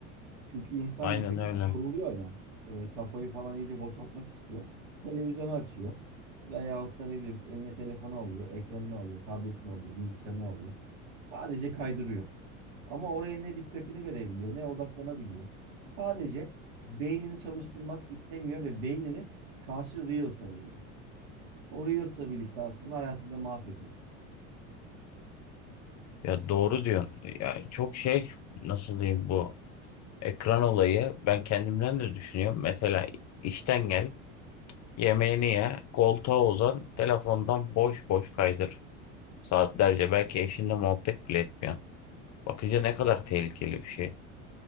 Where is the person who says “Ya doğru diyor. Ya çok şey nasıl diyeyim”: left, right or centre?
Left